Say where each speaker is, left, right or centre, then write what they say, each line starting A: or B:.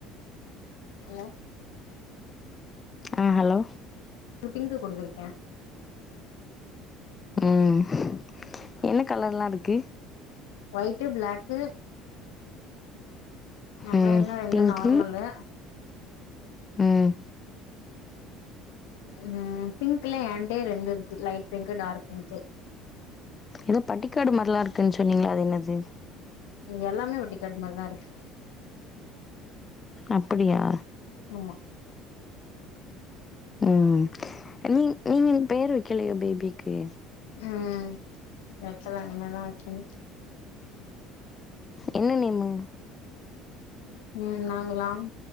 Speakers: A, on the left (about 80°); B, on the left (about 25°).
A: ஹலோ
B: அ ஹலோ
A: ஒரு பிங்க்கு குடுத்துருக்கே
B: ம் என்ன கலர்லா இருக்கு
A: ஒய்ட்டு ப்ளாக்கு அப்புறோ
B: ம்
A: இன்னு ரெண்டு
B: பிங்க்கு
A: நார்மலு
B: ம்
A: ம் ஹும் பிங்க்லே ஏண்டே ரெண்டு இருக்கு லைட் பிங்க்கு டார்க் பிங்க்கு
B: எதோ பட்டிக்காடு மார்லா இருக்குன்னு சொன்னீங்களே அது என்னது
A: ம் எல்லாமே பட்டி காட் மாரிதா இருக்கு
B: அப்புடியா
A: ஆமா
B: ம் நீங் நீங்க இன்னு பேர் வக்கெலையோ பேபிக்கு
A: ம் வக்கெல இனிமேல் தா வக்கெனு
B: என்ன நேமு
A: ம் நாங்களாம்